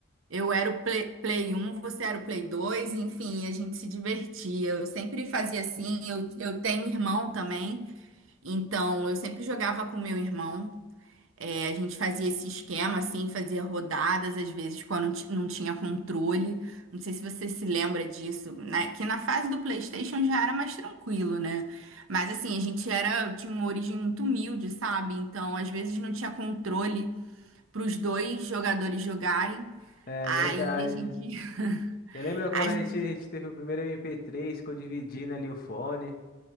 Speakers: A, on the right; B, on the left.
A: Eu era o Play, Play um você era o Play dois enfim, a gente se divertia. Eu sempre fazia assim, eu, eu tenho irmão também, então eu sempre jogava com meu irmão. É, a gente fazia esse esquema, assim, fazia rodadas, às vezes, quando ti- não tinha controle. Não sei se você se lembra disso, né? Que na fase do PlayStation já era mais tranquilo, né? Mas, assim, a gente era, tinha uma origem muito humilde, sabe? Então, às vezes, não tinha controle para os dois jogadores jogarem.
B: É
A: Aí
B: verdade.
A: a gente, <laughs>
B: Você lembra quando
A: a
B: a
A: gente,
B: gente, a gente teve o primeiro MP3, ficou dividindo ali o fone?